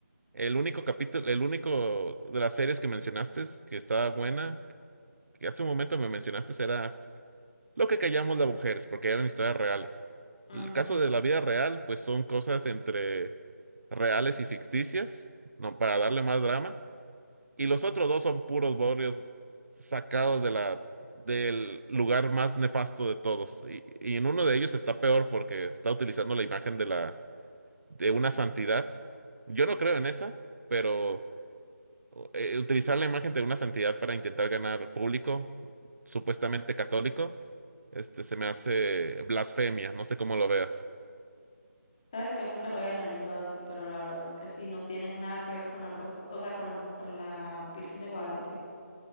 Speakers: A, on the right; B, on the left.
A: El único capítulo, el único de las series que mencionaste es que estaba buena que hace un momento me mencionaste era lo que callamos las mujeres, porque eran historias reales.
B: ujú.
A: El caso de la vida real, pues son cosas entre reales y ficticias, no, para darle más drama. Y los otros dos son puros borrios sacados de la, del lugar más nefasto de todos. Y, y en uno de ellos está peor porque está utilizando la imagen de la, de una santidad. Yo no creo en esa, pero o, eh, utilizar la imagen de una santidad para intentar ganar público, supuestamente católico, este se me hace blasfemia, no sé cómo lo veas.
B: Sabes que nunca lo había analizado así, pero la verdad que sí, no tienen nada que ver con la rosa, o sea, con, con la Virgen de Guadalupe.